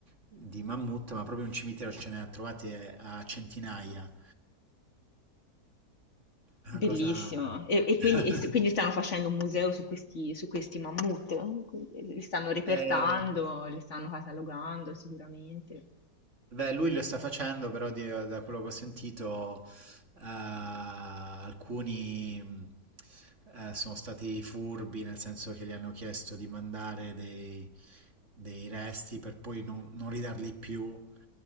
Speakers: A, on the right; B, on the left.
A: di mammut, ma proprio un cimitero ce ne ha trovati eh, a centinaia. Una
B: Bellissimo.
A: cosa...
B: E, e quindi,
A: <laughs>
B: e s- quindi stanno facendo un museo su questi, su questi mammut, eh? Quindi li stanno repertando,
A: Eh,
B: li stanno catalogando sicuramente.
A: Beh, lui lo sta facendo, però di- da quello che ho sentito, eh, alcuni mh, eh, sono stati furbi, nel senso che gli hanno chiesto di mandare dei, dei resti per poi non, non ridarli più.